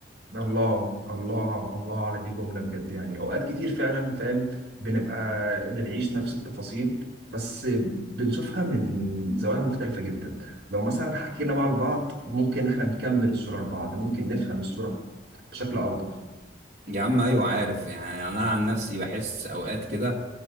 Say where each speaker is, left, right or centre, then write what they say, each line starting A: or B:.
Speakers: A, on the right (about 60°); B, on the right (about 40°).
A: الله الله الله على دي جملة بجد يعني أوقات كتير فعلا فاهم بنبقى بنعيش نفس التفاصيل بس بنشوفها من زوايا مختلفة جدا لو مثلا حكينا بقى لبعض ممكن احنا نكمل الصورة لبعض ممكن نفهم الصورة بشكل أوضح
B: يا عم ايوه عارف يعني انا عن نفسي بحس اوقات كده